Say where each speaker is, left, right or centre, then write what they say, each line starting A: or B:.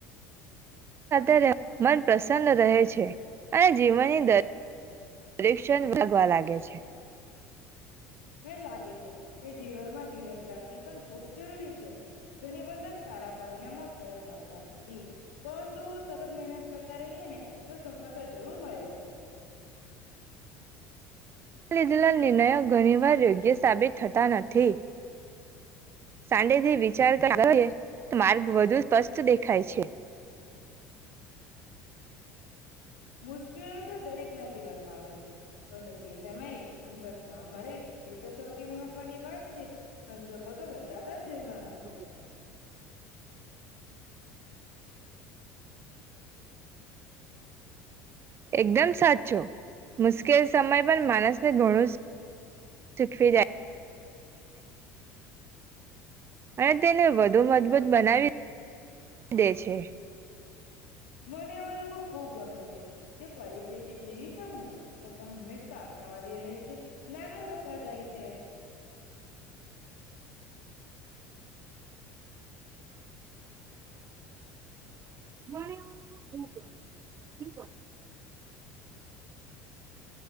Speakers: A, on the right; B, on the left.
A: સાથે મન પ્રસન્ન રહે છે અને જીવનની દરેક દરીક્ષણ વાગવા લાગે છે.
B: મે લાગે છે કે જીવરમાં ધીરજ રાખવી પણ ખૂબ જરૂરી છે. ઘણી વખત સારા પરિણામો તરત મળતા નથી પરંતુ સતત મહેનત કરતા રહીએ ને તો સફદ જ જરૂર મરે છે.
A: લીધેલા નિર્ણયો ઘણીવાર યોગ્ય સાબિત થતા નથી. સાંતિથી વિચારતા કરીએ તો માર્ગ વધુ સ્પષ્ટ દેખાય છે.
B: મુશ્કેલો તો દરેક ના જીવનમાં આવે છે પરંતુ તે સ સમયે હિંમત ન હરેવે એ તો સૌથી મહત્વની વાત છે. સંજોકો તો બદલાતા જ રહેવાના છે.
A: જ <unintelligible> એકદમ સાચું મુશ્કેલ સમય પણ માણસને ઘણું શીખવી જા અને તેને વધુ મજબૂત બનાવી દે છે.
B: મને એવા લોકો ખૂબ ગમે છે જે પરિસ્થિતિ કેવી પણ હોય છતાં હંમેશા આશાવાદી રહે છે અને આગળ વધતા જાય છે.
A: એ લોકો બને છે.